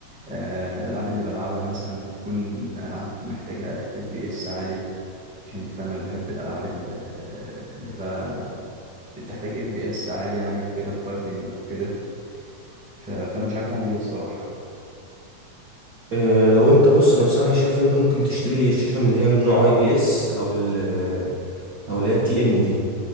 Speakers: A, in the centre; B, on the right.
A: آه الالعاب اللي بلعبها مثلا بتكون العاب محتاجه اف بي اس عالي عشان انت فاهم انا بحب الالعاب ال- آه، اللي فا بتحتاج اف بي اس عالي يعني وكده فايتنج وكده ف... فانا مش عارف اعمل ايه الصراحه
B: آه، لو انت بص انا بصراحة شايف انت ممكن تشتري شاشة من اللي هي من نوع اي بي اس او ال آه، او اللي هي التي ان دي